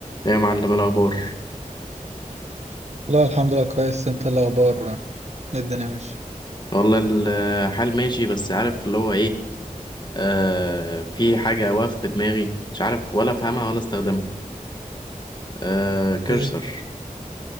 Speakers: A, on the left; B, on the right.
A: إيه يا معلم إيه الأخبار
B: لا الحمد لله كويس انت إيه الاخبار إيه الدنيا ماشي
A: والله الحال ماشي بس عارف اللي هو إيه آه في حاجة واقفة في دماغي مش عارف ولا أفهمها ولا أستخدمها آه كرسر
B: ايه